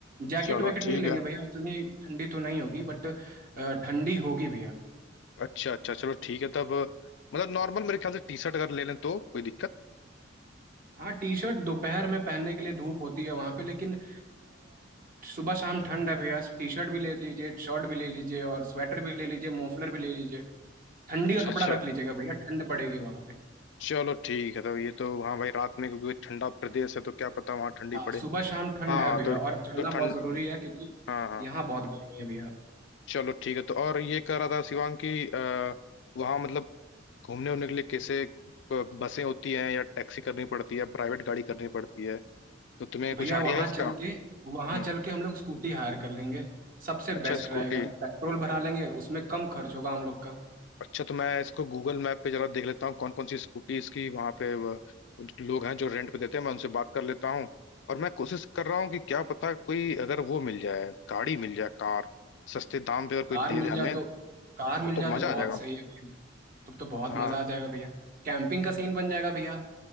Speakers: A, on the right (about 45°); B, on the left (about 65°).
A: जैकेट
B: चलो
A: वैकेट
B: ठीक
A: नहीं लेंगे
B: है
A: भैया उतनी ठंडी तो नहीं होगी बट अ, ठंडी होगी भैया
B: अच्छा अच्छा चलो ठीक है तब मतलब नॉर्मल मेरे ख्याल से टी शर्ट अगर ले लें तो कोई दिक्कत
A: हाँ टी शर्ट दोपहर में पहनने के लिए धूप होती है वहाँ पे लेकिन अ, सुबह शाम ठंड है भैया टी शर्ट भी ले लीजिए शर्ट भी ले लीजिए और स्वेटर भी ले लीजिए मफलर भी ले लीजिए ठंडी
B: अच्छा
A: का कपड़ा
B: अच्छा
A: रख लीजिएगा भैया ठंड पड़ेगी वहाँ पे
B: चलो ठीक है तो ये तो हाँ भाई रात में क्योंकि ठंडा प्रदेश है तो क्या पता वहाँ ठंडी
A: हाँ
B: पड़े
A: सुबह शाम ठंड
B: हाँ
A: है भैया
B: तो
A: और
B: तो
A: चलना
B: ठंड
A: बहुत जरूरी है क्योंकि
B: हाँ हाँ
A: यहाँ बहुत गर्मी है भैया
B: चलो ठीक है तो और ये कह रहा था शिवांग कि अ, वहाँ मतलब घूमने उमने के लिए कैसे अ, बसें होती हैं या टैक्सी करनी पड़ती है या प्राइवेट गाड़ी करनी पड़ती है तो तुम्हें कुछ
A: भैया
B: आइडिया
A: वहां
B: है इसका
A: चल के वहां
B: हम्म
A: चल के हम लोग स्कूटी हायर कर लेंगे सबसे
B: अच्छा
A: बेस्ट
B: स्कूटी
A: रहेगा पेट्रोल भरा लेंगे उसमें कम खर्च होगा हम लोग का
B: अच्छा तो मैं इसको गूगल मैप पे जरा देख लेता हूँ कौन कौन सी स्कूटीज की वहाँ पे व- उन- लोग हैं जो रेंट पे देते हैं मैं उनसे बात कर लेता हूँ और मैं कोशिश कर रहा हूँ कि क्या पता कोई अगर वो मिल जाए गाड़ी मिल जाए कार सस्ते दाम पे अगर कोई
A: कार
B: दे
A: मिल
B: दे हमें
A: जाए तो कार मिल
B: तो
A: जाए तो
B: मजा
A: बहुत
B: आ जाएगा
A: सही है भैया तब तो बहुत
B: हाँ
A: मजा आ जाएगा भैया कैंपिंग का सीन बन जाएगा भैया